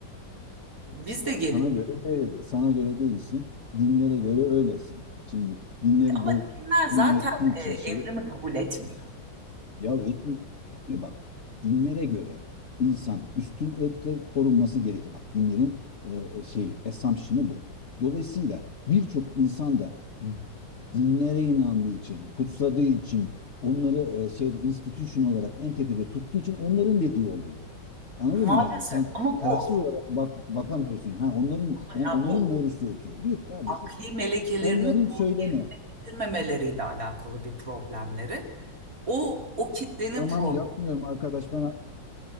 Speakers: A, on the right; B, on the left.
A: Biz
B: Ya
A: de gelip
B: Sana göre değildir. Sana göre değilsin. Dinlere göre öylesin. Şimdi dinleri
A: ama
B: domine
A: dinler zaten
B: ettiği için
A: e, evrimi
B: şey
A: kabul etmiyor.
B: ya etmiyor. Bak, bak dinlere göre insan üstün ırktır korunması gerekir. Bak dinlerin e, e, şey assumption'ı bu. Dolayısıyla birçok insan da dinlere inandığı için, kutsadığı için, onları e, şeyde institution olarak en tepede tuttuğu için onların dediği oluyor. Anladın
A: Maalesef
B: mı yani? Sen
A: ama
B: tarafsız
A: bu
B: olarak bak, bakamıyorsun. Ha onların
A: Ama
B: yani
A: ya
B: onların
A: bu
B: borusu ötüyor. Diyor ki kardeşim
A: akli melekelerini
B: onların
A: doğru
B: söyleme.
A: yerine getirmemeleriyle alakalı bir problemleri. O o kitlenin
B: Tamam
A: problemi.
B: yapmıyorum arkadaş ben